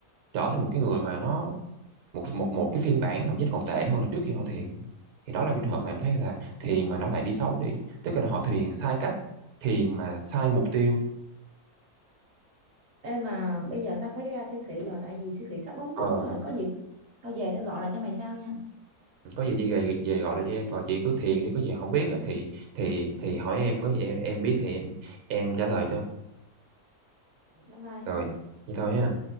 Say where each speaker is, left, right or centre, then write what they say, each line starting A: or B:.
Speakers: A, on the right; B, on the right.
A: trở thành một cái người mà nó một một một cái phiên bản thậm chí còn tệ hơn là trước khi họ thiền thì đó là cái trường hợp mà em thấy là thiền mà nó lại đi xấu đi tức là họ thiền sai cách thiền mà sai mục tiêu
B: Ê mà bây giờ tao phải đi ra siêu thị rồi tại vì siêu thị sắp đóng
A: ờ
B: cửa rồi có gì tao về tao gọi lại cho mày sau nha
A: có gì chị về, về gọi là cho em rồi chị cứ thiền đi có gì không biết á thì thì thì hỏi em có gì em em biết thì em em trả lời cho
B: bye bye
A: rồi vậy thôi ha